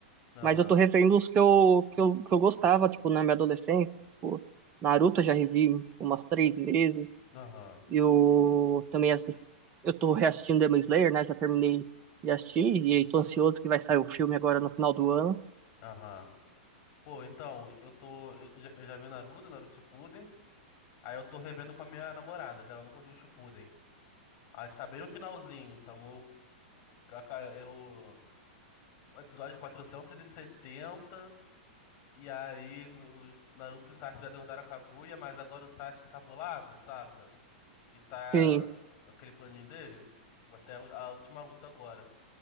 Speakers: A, on the left; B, on the right.
A: Aham,
B: Mas eu tô revendo os que eu, que eu, que eu gostava, tipo, na minha adolescência. Tipo, Naruto eu já revi, tipo, umas três vezes.
A: aham,
B: Eu também assisti, eu tô reassistindo Demon Slayer, né? Já terminei de assistir e aí tô ansioso que vai sair o filme agora no final do ano.
A: aham. Pô, então, eu tô. Eu, eu já eu já vi Naruto, Naruto Shippuden. Aí eu tô revendo com a minha namorada, que ela nunca viu o Shippuden. A gente tá bem no finalzinho, tamo. a ca- Eu. o episódio 470. E setenta. E aí, no- os Naruto e o Sasuke já derrotaram a Kaguya, mas agora o Sasuke tá bolado, saca? E tá
B: Sim,
A: aquele planinho dele. Até a u- a última luta agora.